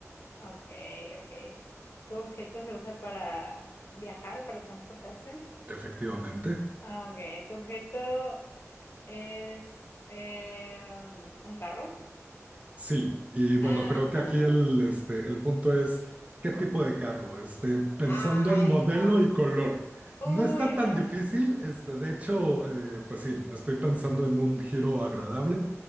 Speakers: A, on the left; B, on the right.
A: Ok, ok. ¿Tu objeto se usa para viajar, para transportarse?
B: efectivamente.
A: Ok, ¿tu objeto es em, un carro?
B: Sí, y bueno,
A: Ah.
B: creo que
A: <laughs>
B: aquí el, este, el punto es qué tipo de carro, este, pensando
A: Ay,
B: en modelo
A: no.
B: y color.
A: Uy,
B: No está tan
A: no.
B: difícil, este, de hecho, eh, pues sí, estoy pensando en un giro agradable,